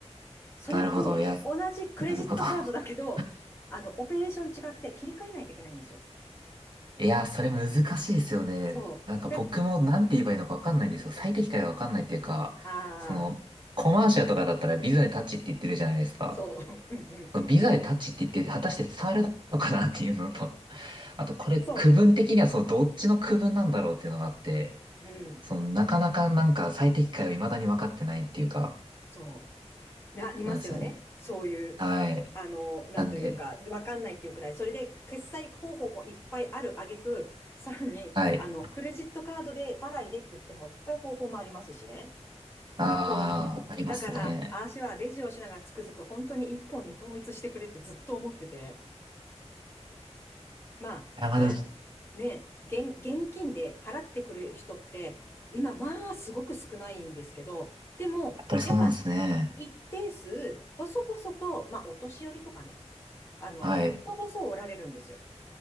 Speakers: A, on the left (about 20°); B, on the right (about 40°).
A: それって、
B: なるほど。いや、
A: 同じクレジットカードだけど、
B: なるほど。<laughs>
A: あの、オペレーション違って切り替えないといけないんですよ。
B: いや、それ難しいですよね。
A: そう。
B: なんか僕もなんて言えばいいのかわかんないんですよ。
A: だ、
B: 最適解がわかんないっていうか、
A: ああ、
B: その、コマーシャルとかだったらビザでタッチって言ってるじゃないですか。
A: そう。<laughs>
B: ビザでタッチって言って、果たして伝わるのかなっていうのと、<laughs> あとこれ区分的にはそう、
A: そ
B: どっちの区分なんだろうっていうのがあって、
A: う。うん。
B: その、なかなかなんか最適解を未だに分かってないっていうか、
A: そう。な、りますよね。
B: そうなんですよね。
A: そういう、
B: はい。
A: あの、なんというか、
B: なんで、
A: わかんないっていうくらい。それで、決済方法もいっぱいある挙句、さらに、
B: はい。
A: あの、クレジットカードで払いでって言っても、いっぱい方法もありますしね。
B: ああ、
A: そう。
B: ありますね。
A: だから、あーしはレジをしながらつくづく本当に一本に統一してくれってずっと思ってて。まあ、
B: あ、
A: それは
B: まだ、や
A: ね、現、現金で払ってくる人って、今、まあ、すごく少ないんですけど、でも、
B: っぱりそうなんですね。
A: やっぱ、一定数、細々と、まあ、お年寄りとかね、あの、
B: はい。
A: 細々おられるんですよ。